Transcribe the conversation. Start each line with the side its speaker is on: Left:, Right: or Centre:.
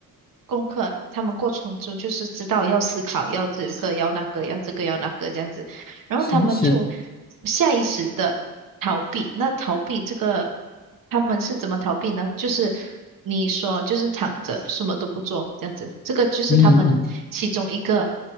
Right: 功课，他们过程中就是知道要思考，要这个要那个，要这个要那个这样子。然后他们就
Left: 是是，
Right: 下意识的逃避。那逃避这个，他们是怎么逃避呢？就是你说，就是躺着，什么都不做，这样子，这个就是他们其中一个
Left: 嗯嗯。